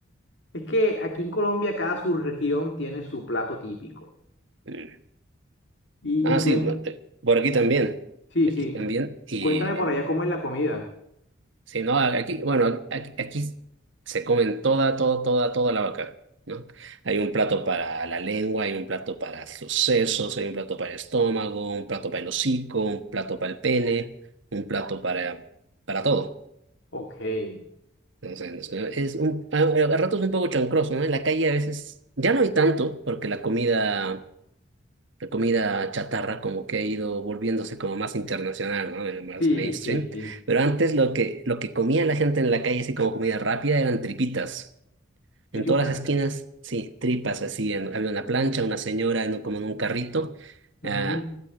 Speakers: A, on the left (about 60°); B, on the right (about 65°).
A: Es que aquí en Colombia cada subregión tiene su plato típico.
B: Mm.
A: Y,
B: Ah,
A: y
B: sí,
A: cuen-
B: no, eh, por aquí también.
A: Sí,
B: Aquí
A: sí.
B: también. Y
A: Cuéntame por allá cómo es la comida.
B: si no, aquí, bueno, aquí, aquí se comen toda, toda, toda, toda la vaca, ¿no? Hay un plato para la lengua, hay un plato para los sesos, hay un plato para el estómago, un plato para el hocico, un plato para el pene, un plato para, para todo.
A: Ok. Sí,
B: Entonces, es un, a, a ratos un poco chancroso, ¿no? En la calle a veces ya no hay tanto, porque la comida. la comida chatarra como que ha ido volviéndose como más internacional, ¿no? Eh, Más
A: sí,
B: mainstream.
A: sí.
B: Pero antes lo que, lo que comía la gente en la calle, así como comida rápida, eran tripitas. En
A: Tipitas.
B: todas las esquinas, sí, tripas así. en- había una plancha, una señora en un- como en un carrito,
A: Ujú.
B: ah,